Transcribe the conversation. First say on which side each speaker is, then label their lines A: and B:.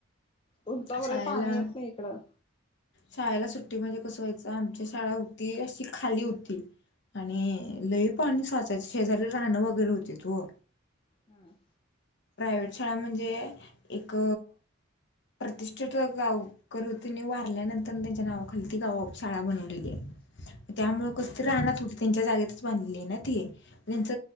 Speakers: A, on the left; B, on the left.
A: तुमच
B: शाळेला
A: बर पाणी येत नाय इकडं,
B: शाळेला सुट्टीमध्ये कसवायचं आमच्या शाळा अशी खाली होती आणि लई पाणी स्वचायच शेजारी राहणं वगैरे होते. दो
A: हम्म!
B: प्रायव्ट शाळा म्हणजे एक प्रतिष्ठित गाव कर त्यांनी वारल्यानंतर त्यांच्या नावाखाली ती गाव शाळा बनवलेली आहे.
A: अ्छा <unintelligible>
B: त्यामुळं कस त राहनात होते त्यांच्या जागेतच बांधले ना ते त्यांच